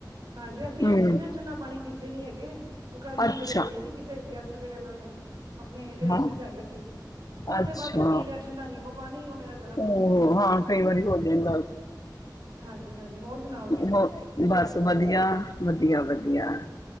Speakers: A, on the right (about 70°); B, on the left (about 55°).
A: ਹਾਂਜੀ ਅਸੀਂ
B: ਹਮ
A: ਐਕਚੁਲੀ ਨਾ ਠੰਡਾ ਪਾਣੀ ਪੀਂਦੇ ਨੀ ਹੈਗੇ। ਉਹ ਕੱਲ ਮੈਂ
B: ਅੱਛਾ
A: ਕਿਧਰੇ ਗਈ ਸੀ ਕਿਸੇ ਗੈਸਟ ਦੇ ਕਨਾਂ ਦੇ ਆਪਣੇ ਰਿਲੇਟਿਵਸ
B: ਹਾਂ
A: ਹੈਗੇ ਸੀ ਉੱਥੇ
B: ਅੱਛਾ
A: ਬਸ ਪੀਲਿਆ ਠੰਡਾ ਨੀਬੂ ਪਾਣੀ, ਉਹ ਮੇਰਾ ਗਲਾ ਪਕੜਿਆ
B: ਉਹ
A: ਗਿਆ।
B: ਹਾਂ ਕਈ ਵਾਰੀ ਹੋ ਜਾਂਦਾ
A: ਹਾਂਜੀ, ਹਾਂਜੀ ਹੋਰ ਸੁਣਾਓ ਜੀ
B: ਹੋ
A: ਕੀ
B: ਬਸ
A: ਹਾਲ ਚਾਲ?
B: ਵਧੀਆ। ਵਧੀਆ -ਵਧੀਆ।